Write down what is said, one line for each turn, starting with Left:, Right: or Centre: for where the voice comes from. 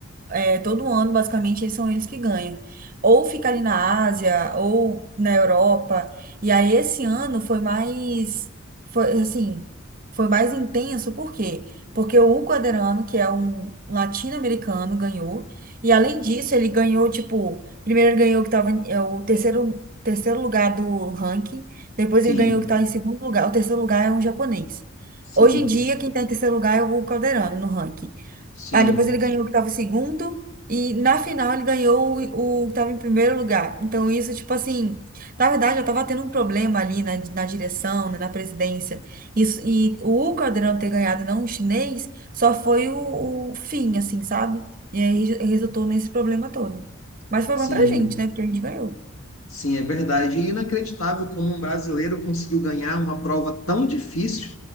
Right: é, todo ano, basicamente, eles são eles que ganham. Ou fica ali na Ásia, ou na Europa. E aí, esse ano foi mais, foi, assim, foi mais intenso, por quê? Porque o Quaderano, que é um latino-americano, ganhou. E além disso, ele ganhou, tipo, primeiro ele ganhou que tava em- é o terceiro, terceiro lugar do ranking, depois
Left: Sim,
Right: ele ganhou que estava em segundo lugar. O terceiro lugar é um japonês.
Left: sim,
Right: Hoje em dia, quem está em terceiro lugar é o Calderano no ranking.
Left: sim,
Right: Ah, depois ele ganhou o que tava segundo. E na final ele ganhou o, o que tava em primeiro lugar. Então, isso, tipo assim, na verdade, eu tava tendo um problema ali na, na direção, né, na presidência. Isso, e o Caldeirão ter ganhado e não o chinês só foi o, o fim, assim, sabe? E aí re- resultou nesse problema todo. Mas foi
Left: sim.
Right: bom pra gente, né? Porque a gente ganhou.
Left: Sim, é verdade. E inacreditável como um brasileiro conseguiu ganhar uma prova tão difícil